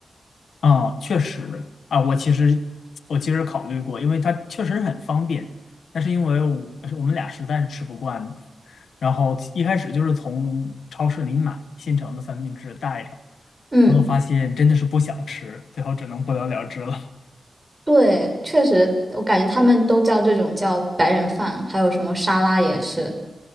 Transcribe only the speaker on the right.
嗯。
对，确实，我感觉他们都叫这种叫白人饭，还有什么沙拉也是。